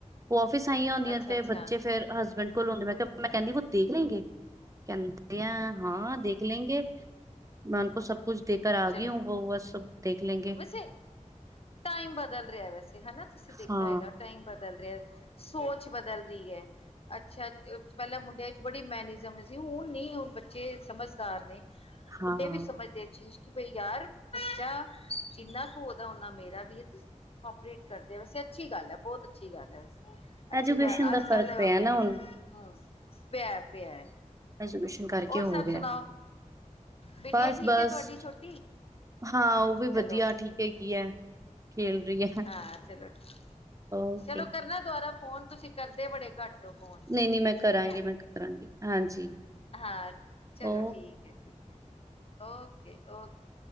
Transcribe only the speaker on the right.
ਉਹ ਆਫਿਸ ਆਈਆਂ ਹੁੰਦੀਆਂ
ਤੇ ਬੱਚੇ ਫੇਰ ਹਸਬੈਂਡ ਕੋਲ ਹੁੰਦੇ ਮੈਂ ਕਿਹਾ ਮੈਂ ਕਹਿੰਦੀ ਉਹ ਦੇਖ ਲੈਂਣਗੇ ਕਹਿੰਦੇ ਆ ਹਾਂ ਦੇਖ ਦੇਖ ਲੈਂਗੇ, ਮੈਂ ਉਨ ਕੋ ਸਭ ਕੁਛ ਦੇ ਕਰ ਆ
ਗਈ ਹੂ ਵੋ ਵ ਸਭ ਦੇਖ ਲੈਂਗੇ।
ਹਾਂ
ਹਾਂ
ਐਜੂਕੇਸ਼ਨ
ਦਾ
ਫ਼ਰਕ
ਪਿਆ ਨਾ ਹੁਣ
ਐਜੂਕੇਸ਼ਨ ਕਰਕੇ
ਹੋ
ਗਿਆ
ਬਸ
ਬਸ
ਹਾਂ ਉਹ ਵੀ
ਵਧੀਆ ਠੀਕ ਹੈਗੀ ਹੈ, ਖੇਲ ਰਹੀ ਹੈ।
ਓਕੇ
ਨਹੀਂ -ਨਹੀਂ ਮੈਂ ਕਰਾਂਗੀ,
ਮੈਂ ਕਰਾਂਗੀ ਹਾਂਜੀ।
ਓਕੇ।